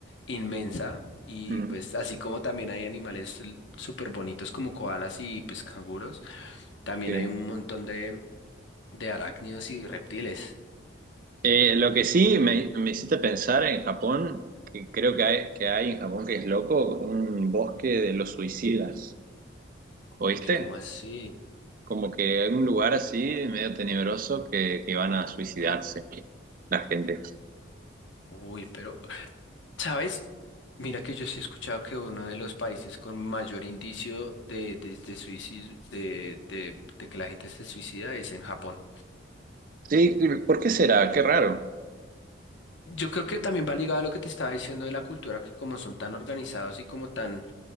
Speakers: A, on the left; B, on the right.
A: inmensa y
B: Mm,
A: pues así como también hay animales l- súper bonitos como koalas y pues canguros, también
B: Sí.
A: hay un montón de, de arácnidos y reptiles.
B: Eh, lo que sí me, me hiciste pensar en Japón, que creo que hay, que hay en Japón que es loco, un bosque de los suicidas. ¿Oíste?
A: Uy, ¿cómo así?
B: Como que hay un lugar así, medio tenebroso, que, que van a suicidarse la gente.
A: Uy, pero ¿Sabes? Mira que yo sí he escuchado que uno de los países con mayor indicio de, de, de suicidio, de, de, de que la gente se suicida es en Japón.
B: Sí, ¿por qué será? Qué raro.
A: Yo creo que también va ligado a lo que te estaba diciendo de la cultura, que como son tan organizados y como tan